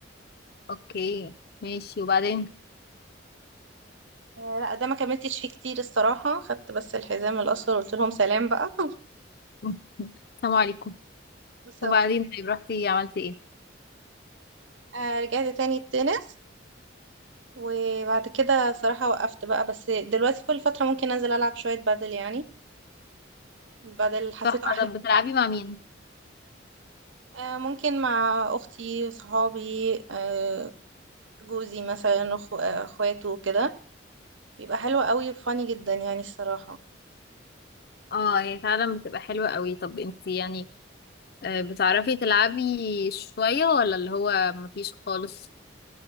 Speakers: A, on the left; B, on the right.
A: اوكي ماشي وبعدين
B: آه، لا ده ما كملتش فيه كتير الصراحه خدت بس الحزام الاصفر وقلت لهم سلام بقى <laughs>
A: <laughs> السلام عليكم
B: بالظبط
A: وبعدين طيب رحتي عملتي ايه
B: آه، رجعت تاني التنس وبعد كده صراحه وقفت بقى بس دلوقتي كل فتره ممكن انزل العب شويه بادل يعني بادل حسيته
A: تحفة
B: احلى
A: طب بتلعبي مع مين
B: آه، ممكن مع اختي صحابي آه، جوزي مثلا أخو- آه، اخواته كده بيبقى حلو قوي فاني جدا يعني الصراحة
A: اه هي فعلا بتبقى حلوة قوي طب انت يعني آه، بتعرفي تلعبي شوية ولا اللي هو مفيش خالص